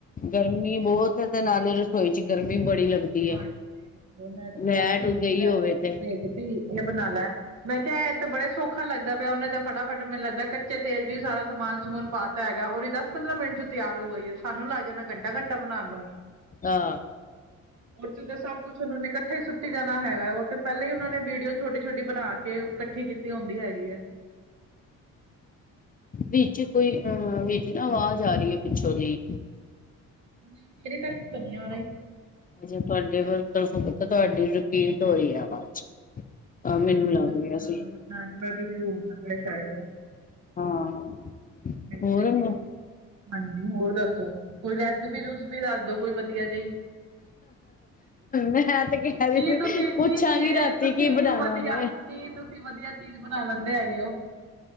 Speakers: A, on the left (about 30°); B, on the right (about 65°).
A: ਗਰਮੀ ਬੌਤ ਐ, ਤੇ ਨਾਲੇ ਰਸੋਈ 'ਚ ਗਰਮੀ ਬੜੀ ਲੱਗਦੀ।
B: ਹਾਂਜੀ,
A: ਹੈ
B: ਓ ਨੈੱਟ ਤੇ
A: ਲੈਟ
B: ਦੇਖੀ
A: ਗਈ
B: ਰੈਸਿਪੀ
A: ਹੋਵੇ ਤੇ
B: ਭੇਜਤੀ ਏ ਬਣਾ ਲੈ। ਮੈਂ ਕਿਆ ਇਹ ਤੇ ਬੜਾ ਸੌਖਾ ਲੱਗਦਾ ਪਿਆ, ਉਹਨੇ ਤੇ ਫ਼ਟਾ-ਫ਼ਟ ਮੈਨੂੰ ਲੱਗਦਾ, ਕਟ ਤੇ ਤੇਲ 'ਚ ਵੀ ਸਾਰਾ ਸਮਾਨ-ਸਮੂਨ ਪਾਤਾ ਹੈਗਾ, ਓਦੀ ਦੱਸ ਪੰਦਰਾਂ ਮਿੰਟ 'ਚ ਤਿਆਰ ਹੋ ਗਈ ਐ! ਸਾਨੂੰ ਲੱਗ ਜਾਣਾ ਘੰਟਾ-ਘੰਟਾ ਬਣਾਣ ਨੂੰ।
A: ਹਾਂ।
B: ਔਰਚ ਤਾਂ ਸਭ ਕੁੱਛ ਉਹਨੋ ਨੇ ਇਕੱਠੇ ਈ ਸੁੱਟੀ ਜਾਣਾ ਹੈਗਾ, ਉਹ ਤੇ ਪਹਿਲਾਂ ਹੀ ਉਹਨਾਂ ਨੇ ਵੀਡੀਓ ਛੋਟੀ-ਛੋਟੀ ਬਣਾ ਕੇ ਕੱਠੀ ਕੀਤੀ‌ ਤੇ ਆਉਦੀ ਹੈਗੀ ਐ।
A: ਵਿੱਚ ਕੋਈ ਅਹ, ਵਿੱਚ ਨਾ ਆਵਾਜ਼ ਆ ਰਈ ਐ ਪਿੱਛੋ ਦੀ!
B: ਨਈ, ਮੇਰੀ ਤਰਫੋਂ ਤਾਂ ਨੀ ਆ ਰਈ।
A: ਜੇ ਤੁਹਾਡੇ ਤਰ ਤਰਫੋ ਕਿੱਥੋਂ ਤੁਹਾਡੀ ਰਿਪੀਟ ਹੋ ਰਈ ਐ ਆਵਾਜ਼।
B: <unintelligible>
A: ਤਾਂ ਮੈਨੂੰ ਲੱਗ ਰਿਹਾ ਸੀ ਹਾਂ।
B: <unintelligible> ਹਾਂਜੀ
A: ਹੋਰ ਮੈਂ
B: ਹੋਰ ਦੱਸੋ ਕੋਈ ਰੈਸਪੀ ਰੂਸਪੀ ਦੱਸ ਦੋ ਕੋਈ ਵਧੀਆ ਜੇਈ।
A: ਮੈਂ ਤੇ ਕੈ ਰੀ
B: ਕੀ ਤੁਸੀਂ
A: ਸੀ ਪੁੱਛਾਂਗੀ
B: ਕੀ ਚੀਜ਼ ਹੈ
A: ਰਾਤੀ
B: ਤੁਸੀਂ
A: ਕੀ ਬਣਾਣਾ
B: ਵਧੀਆ
A: ਵੈ।
B: ਕੀ ਤੁਸੀਂ ਵਧੀਆ ਚੀਜ਼ ਬਣਾ ਲੈਂਦੇ ਹੈਗੇ ਓ।